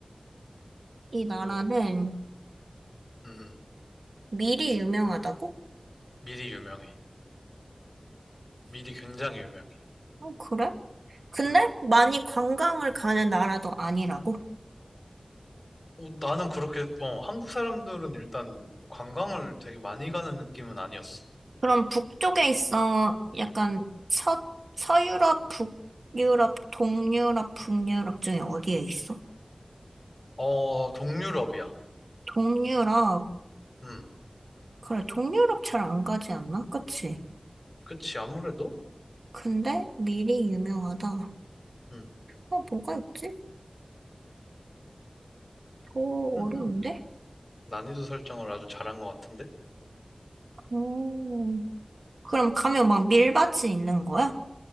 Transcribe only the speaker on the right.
이 나라는
미리 유명하다고?
어, 그래? 근데
많이 관광을 가는 나라도 아니라고?
그럼 북쪽에 있어. 약간 서, 서유럽, 북유럽, 동유럽, 북유럽 중에 어디에 있어?
동유럽.
그래, 동유럽 잘 안 가지 않나? 그치?
근데 미리 유명하다.
어, 뭐가 있지? 더
어려운데?
오. 그럼 가면 막 밀밭이 있는 거야?